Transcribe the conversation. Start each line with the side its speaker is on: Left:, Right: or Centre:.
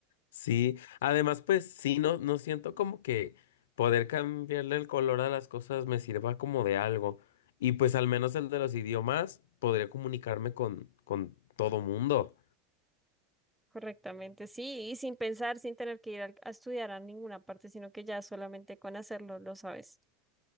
Left: Sí, además pues sí, no, no siento como que poder cambiarle el color a las cosas me sirva como de algo. Y pues al menos el de los idiomas podría comunicarme con, con todo mundo.
Centre: Correctamente, sí, y sin pensar, sin tener que ir al- a, estudiar a ninguna parte, sino que ya solamente con hacerlo lo sabes.